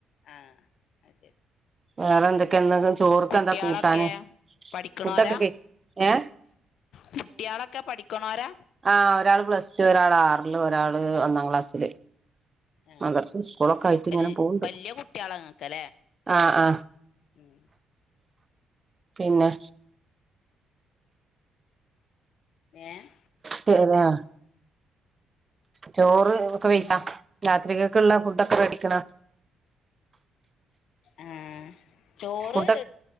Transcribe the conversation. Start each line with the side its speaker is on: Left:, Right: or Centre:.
Left: ആഹ് ആ ശരി
Right: വേറെ എന്തൊക്കെ എന്ത ചോറക്കെ
Left: കുട്ടികളൊക്കെ
Right: എന്താ കൂട്ടാന്
Left: പഠിക്കണോരാ
Right: ഫുഡൊക്കെ കഴ ഏഹ്
Left: കുട്ടിയളൊക്കെ പഠിക്കണോരാ
Right: ആ ഒരാള് പ്ലസ് ടു ഒരാൾ ആറില് ഒരാള് ഒന്നാം ക്ലാസ്സില്
Left: ആഹ്
Right: ആ മദ്രസ് സ്കൂളൊക്കെ ആയിട്ട് ഇങ്ങനെ
Left: വല്
Right: പോവണ്ട്
Left: വല്യ കുട്ടികളാ നിങ്ങക്കല്ലേ
Right: ആ ആ
Left: ഉം
Right: പിന്നെ
Left: ഏഹ്
Right: പിന്നെ ചോറ് ഒക്കെ വെയറ്റാ
Left: ആഹ്
Right: രാത്രികൊക്കള്ള ഫുഡ ഒക്കെ വേടിക്കണ
Left: ആഹ് ചോറ്
Right: ഫുഡ്